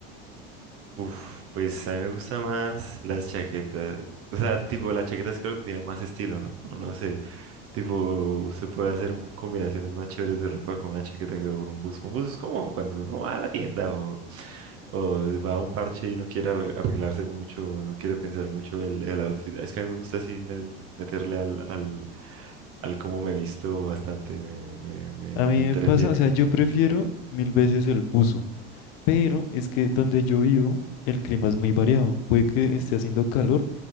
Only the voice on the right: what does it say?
Uf, pues a mí me gusta más las chaquetas. O sea, tipo, las chaquetas creo que tienen más estilo, ¿no? No sé. Tipo, usted puede hacer m- combinaciones más chéveres de ropa con una chaqueta que con un buzo. Un buzo es como cuando uno va a la tienda o, o va a un parche y no quiere arregl- arreglarse mucho, o no quiere pensar mucho el, el outfit. Es que a mí me gusta así me- meterle al, al, al cómo me visto bastante, me, me, me,
me entretiene.